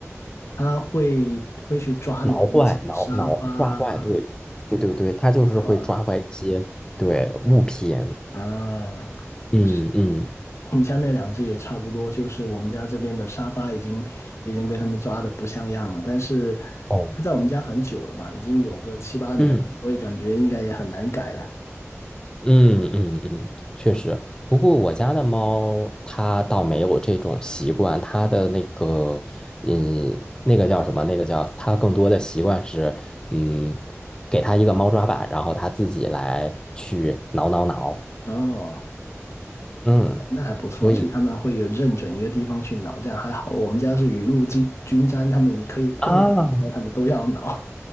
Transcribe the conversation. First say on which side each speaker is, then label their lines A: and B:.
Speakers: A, on the left; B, on the left.
A: 他会会去抓你们那些沙发啊，
B: 挠坏、挠挠抓坏，对对对对，它就是会抓坏一些对物品，
A: 对吧？啊，
B: 嗯嗯
A: 是我们家那两只也差不多，就是我们家这边的沙发已经已经被他们抓的不像样了，但是
B: 哦
A: 它在我们家很久了吧，已经有个七八年了，
B: 嗯。
A: 所以感觉应该也很难改了。
B: 嗯嗯嗯，确实。不过我家的猫它倒没有这种习惯，它的那个，嗯，那个叫什么？那个叫它更多的习惯是，嗯，给它一个猫抓板，然后它自己来去挠挠挠。
A: 哦，
B: 嗯，
A: 那还不错，
B: 所以
A: 就他们会有认准一个地方去挠，这样还好。我们家是雨露均均沾，他们可以碰的地方，
B: 啊，
A: 他们都要挠。